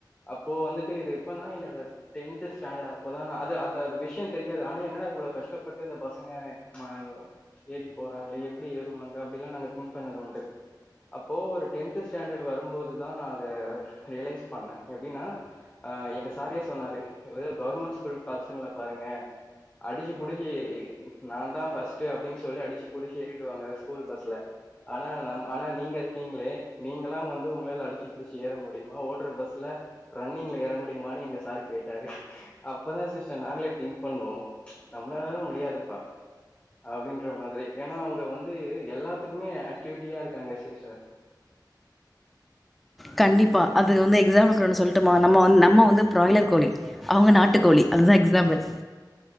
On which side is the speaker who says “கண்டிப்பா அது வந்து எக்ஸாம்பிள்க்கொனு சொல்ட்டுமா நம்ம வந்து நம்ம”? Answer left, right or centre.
Centre